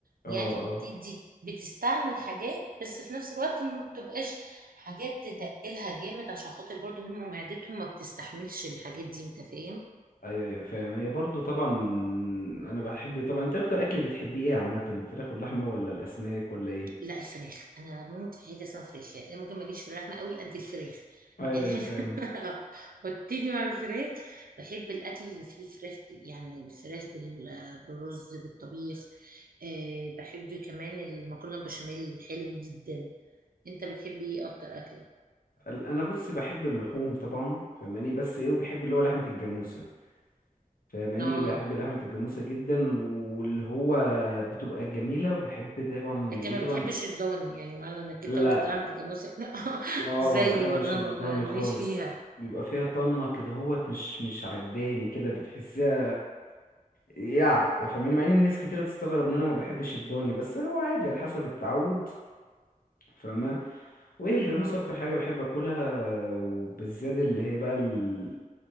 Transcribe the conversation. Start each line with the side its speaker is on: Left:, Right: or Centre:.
Right: يعني
Left: اه اه
Right: بتدي بتستعمل حاجات بس في نفس الوقت ما بتبقاش حاجات تتقلها جامد عشان خاطر برضو هم معدتهم ما بتستحملش الحاجات دي انت فاهم
Left: ايوه ايوه فاهم هي برضو طبعا انا بحب طبعا انت اكتر اكل بتحبيه ايه عامة الفراخ واللحمة ولا الاسماك ولا ايه
Right: لا الفراخ انا بموت في حاجه اسمها فراخ يعني أنا ممكن ماليش في اللحمه قوي قد الفراخ
Left: ايوه
Right: يعني
Left: ايوه فاهم
Right: <laughs> وابتدي مع الفراخ بحب الاكل اللي فيه فراخ بال- يعني الفراخ بال- بالرز بالطبيخ أه بحب كمان المكرونه البشاميل حلو جدا انت بتحب ايه اكتر اكل
Left: ال- انا بص بحب اللحوم طبعا فاهماني بس ايه وبحب اللي هو لحمة الجاموسة فاهماني
Right: اه
Left: بحب لحمة الجاموسة جدا واللي هو بتبقى جميلة وبحب طبعا
Right: لكن
Left: ايه
Right: ما
Left: طبعا
Right: بتحبش الضان يعني معنى انك
Left: لا
Right: انت قلت لا متجوزه <laughs>
Left: اه
Right: زي
Left: ما بحبش
Right: برضه
Left: الضاني
Right: ما- ما- ماليش
Left: خالص
Right: فيها
Left: بيبقى فيها طنة كده هوت مش مش عجباني كده بتحسيها يعني يا فاهماني مع ان الناس كتيرة تستغرب ان انا ما بحبش الضاني بس هو عادي على حسب التعود فاهمة وايه الجاموسة
Right: اه
Left: اكتر حاجة بحب اكلها وبالذات اللي هي بقى ال-